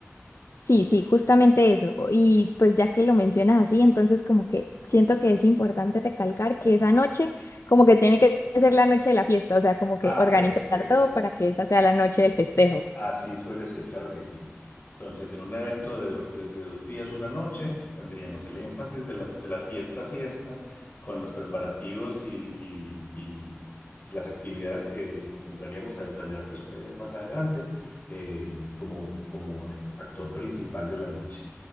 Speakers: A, on the left; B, on the left.
A: Sí, sí, justamente eso. Y pues ya que lo mencionas así, entonces como que siento que es importante recalcar que esa noche como que tiene que ser la noche de la fiesta, o sea, como
B: Ah,
A: que organizar
B: perfecto.
A: todo para que esa sea la noche del festejo.
B: Así suele ser, claro que sí. Entonces, en un evento de, do- de- de dos días, una noche, tendríamos el énfasis de la, de la fiesta, fiesta, con los preparativos y, y- y las actividades que entraríamos a detallar pues, eh, más adelante, eh, como, como act- actor principal de la noche.